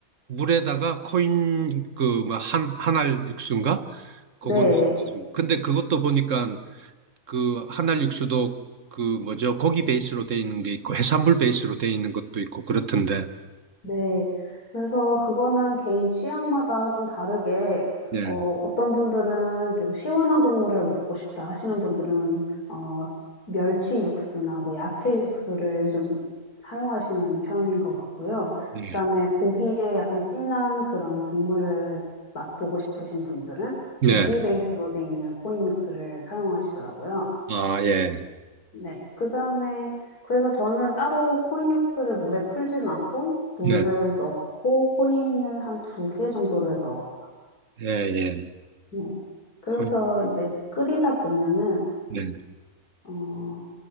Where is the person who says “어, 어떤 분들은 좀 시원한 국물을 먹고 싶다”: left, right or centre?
Left